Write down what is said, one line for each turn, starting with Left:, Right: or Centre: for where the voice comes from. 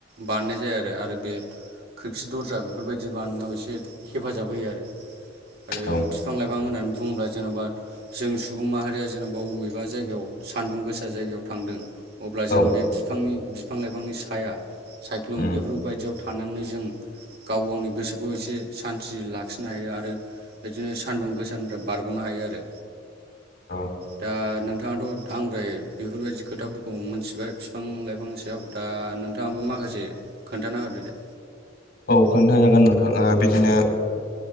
Right: बारनाय जायो आरो आरो बे खोरखि दरजा बेफोरबायदि बानायनायाव एसे हेफाजाब होयो आरो। आरो
Left: औ
Right: बिफां लाइफां होन्नानै बुङोब्ला जेन'बा जों सुबुं माहारिया जेन'बा बबेबा जायगायाव सान्दुं गोसा जायगायाव थांदों। अब्ला
Left: औ
Right: जों बे बिफांनि बिफां-लाइफांनि साया सायख्लुम
Left: उम
Right: बेफोरबायदियाव। थानानैनो जों। गाव गावनि गोसोखौ एसे सान्थि लाखिनो हायो आरो बिदिनो सानदुं गोसा बारग'नो हायो आरो।
Left: औ
Right: दा नोंथाङाथ' आंद्राय बेफोरबायदि खोथाफोरखौ खौ मोनथिबाय बिफां लाइफां सयाव दा नोंथाङाबो माखासे खोन्थाना होदो दे।
Left: औ खोन्था जागोन नोंथां ओ बिदिनो